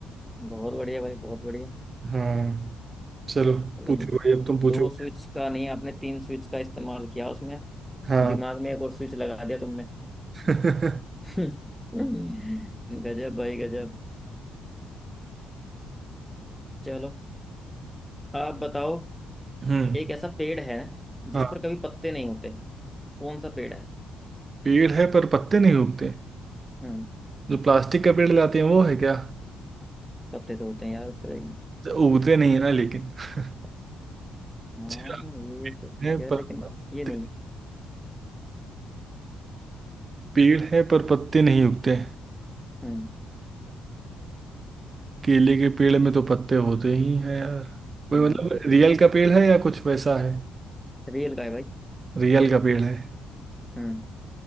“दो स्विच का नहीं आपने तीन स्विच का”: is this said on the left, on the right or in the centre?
Centre